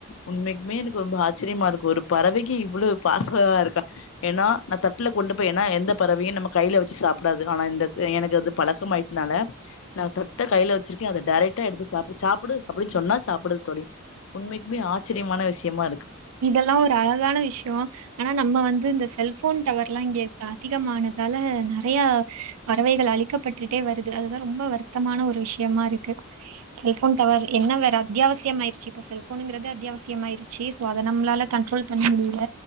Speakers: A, on the left (about 65°); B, on the right (about 80°).
A: உண்மைக்குமே எனக்கு ரொம்ப ஆச்சரியமா எனக்கு ஒரு பறவைக்கி இவ்ளோ பாசோ இருக்கா ஏனா நா தட்டுல கொண்டு போய் ஏனா எந்த பறவையு நம்ம கை ல வெச்சு சாப்புடாது ஆனா இந்த எனக்கு அது பழக்கம் ஆயிட்னால நா தொட்டு கைல வெச்சிருக்கே அது டேரக் டா எடுத்து சாப்டு சாப்புடு அப்டின்னு சொன்னா சாப்புடுது தோழி உண்மைக்குமே ஆச்சரியமான விஷயமா இருக்
B: இதெல்லா ஒரு அழகான விஷயோ ஆனா நம்ம வந்து இந்த செல்ஃபோன் டவர்லா இங்க இப்ப அதிகமான னால நெறையா பறவைகள் அழி க்கப்பட்டுட்டே வருது அதுதா ரொம்ப வருத்தமான ஒரு விஷ்யமா இருக்கு செல்ஃபோன் டவர் என்ன வேற அத்தியா அவசியம் ஆயிருச்சி இப்போ செல் ஃபோனுங்குறது அத்தியாவசியம் ஆயிருச்சி சோ அத நம்மளால கண்ட்ரோல் பண்ண முடியல